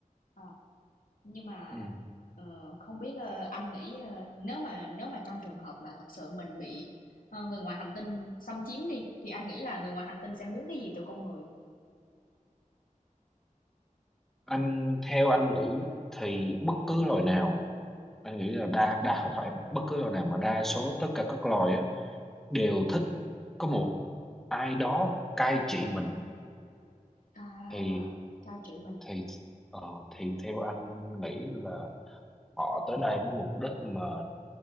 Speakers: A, on the left; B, in the centre.
A: Ờ, nhưng mà,
B: ừ.
A: ờ, không biết, ơ, anh nghĩ, ơ, nếu mà nếu mà trong trường hợp mà thật sự mình bị, ờ, người ngoài hành tinh xâm chiếm đi, thì anh nghĩ là người ngoài hành tinh sẽ muốn cái gì từ con người?
B: anh theo anh nghĩ thì bất cứ loài nào anh nghĩ là đa đa không phải bất cứ loài nào mà đa số tất cả các loài á đều thích có một ai đó cai trị mình
A: À,
B: thì
A: cai trị mình.
B: thì ờ, thì theo anh nghĩ là họ tới đây với mục đích mà